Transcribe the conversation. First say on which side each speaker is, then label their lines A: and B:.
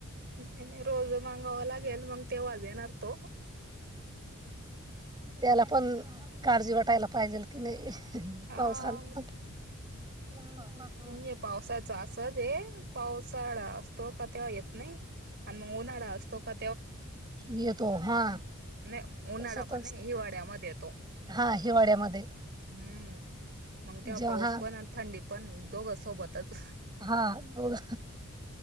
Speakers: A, on the right; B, on the right.
A: नाही नाही रोज मांगावं लागेल मग तेव्हा देणार तो
B: त्याला पण काळजी वाटायला पाहिजेल की नाही
A: हा
B: पावसाला ह <inaudible>
A: नाहीय पावसाच असच आहे पावसाळा असतो का तेव्हा येत नाही आणि मग उन्हाळा असतो का
B: येतो हा
A: न उन्हाळा
B: तसच
A: पण नाही हिवाळ्या मध्ये येतो
B: हा हिवाळ्यामध्ये
A: हम्म मग तेव्हा
B: जेव्हा
A: पाऊस पण थंडी पण दोघं सोबतच
B: हां ज